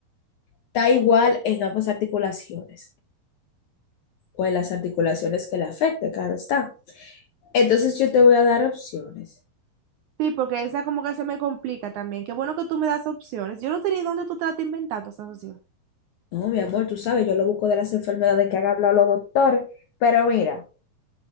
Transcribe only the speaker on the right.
Sí, porque esa como que se me complica también. Qué bueno que tú me das opciones. Yo no tenía dónde tú te la estás inventando esa opción.